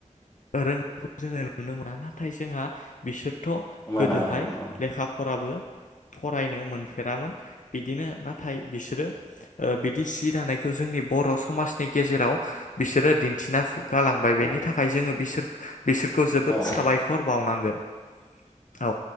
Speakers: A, on the left; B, on the left.
A: रोंनायखौ जोङो नुनो मोना। नाथाय जोंहा बिसोरथ'
B: मोना
A: गोदोहाय
B: मोना औ
A: लेखा फराबो फरायनो मोनफेरामोन। बिदिनो नाथाय बिसोरो बिदि सि दानायखौ जोंनि बर' समाजनि गेजेराव बिसोरो दिन्थिना गालांबाय
B: औ
A: बेनि थाखाय जोङो बिसोर बिसोर खौ जोबोद
B: औ
A: साबायखर बावनांगोन। औ